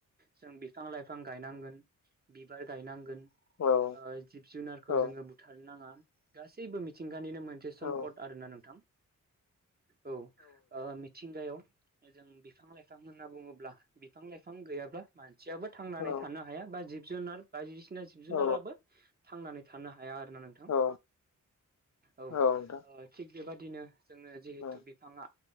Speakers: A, on the right; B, on the left.
A: जों बिफां लाइफां गायनांगोन बिबार गायनांगोन
B: औ
A: ओ जिब जुनारखौ
B: औ
A: जोङो बुथारनो नाङा गासैबो मिथिंगानिनो मोनसे सम्पद
B: औ
A: आरोना नोंथां औ मिथिंगायाव जों बिफां लाइफां होनना बुङोब्ला बिफां लाइफां फिफां गैयाब्ला मानसियाबो थांनानै
B: औ
A: थानो हाया बा जिब जुनार बायदिसिना जिब जुनाराबो
B: औ
A: थां नानै थानो हाया आरोोना नोंथां
B: औ
A: औ
B: नोंथां
A: थिग बेबादिनो जोंनो जिहेथु
B: औ
A: बिफाङा